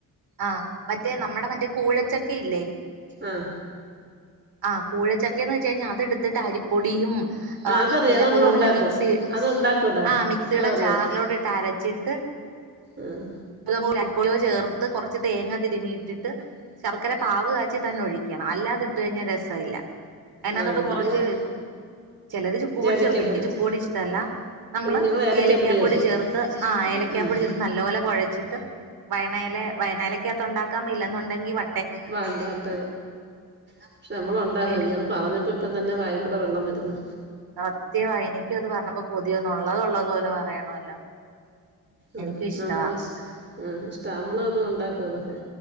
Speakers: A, on the right; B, on the right.
A: ആ മറ്റേ നമ്മുടെ മറ്റേ കൂഴച്ചക്കെ ഇല്ലേ
B: ആഹ
A: ആഹ കൂഴച്ചക് ക്കെന്ന് വെച്ചഴിഞ്ഞാൽ അത് ഇട്ത്തിട്ട് അരിപ്പൊടിയും
B: ആഹ്
A: അത്
B: അതറിയാം
A: നല്ലപോലെ
B: നമ്മൾ ഉണ്ടാക്കും
A: മിക്സി
B: അത് ഉണ്ടാക്കൂടാ
A: ആ മിക്സിയുടെ
B: അതറിയാം
A: ജാറിലോട്ട് ഇട്ട് അരച്ചിട്ട്
B: ആഹ്
A: അതേപോലെ <unintelligible> ചേർ ത്ത് കുറച്ച് തേങ്ങ തിരുമ്മി ഇട്ടിട്ട് ശർക്കര പാവ് കാച്ചി തന്നെ ഒഴിക്കണം അല്ലാതി ഇട്ട് കഴിഞ്ഞാൽ രസമില്ല. അതിനാത്തോട്ട്
B: ആഹ്
A: കുറച്ച്
B: ഞങ്ങള്
A: ചിലര് ചുക്ക്പൊടി
B: ഏലക്കാപ്പൊടി
A: ചേർക്കും എനിക്ക് ചുക്ക്പൊടി ഇഷ്ടല്ല. നമ്മള്
B: ഞങ്ങൾ
A: ഏലക്കാപ്പൊടി
B: ചേർക്കും
A: ചേർത്ത് ആ ഏലക്കാപ്പൊടി
B: ഉം
A: ചേർത്ത് ല്ലപോലെ കുഴച്ചിട്ട് വയണെല വയണേലാക്കാത്ത് ഉണ്ടാക്കാം ഇില്ലെന്നുണ്ടെങ്കി വ
B: വാണ്ട വട്ട പക്ഷെ നമ്മള ഉണ്ടാക്കും
A: എനി
B: ഇയാൾ പറഞ്ഞപ്പോ ഇപ്പം തന്നെ വായിക്കൂടെ വെള്ളം വരുന്ന്.
A: സത്യമായി എനിക്കും അത് പറഞ്ഞപ്പൊ കൊതിയോന്നുള്ളതള്ള ത് പോലെ പറയണമല്ലോ
B: ആഹ്
A: എനിക്കും ഇഷ്ടവാ
B: നമ്മള് ആ ഇഷ്ടാ നമ്മള് അത് ഉണ്ടാക്കും അതൊക്കെ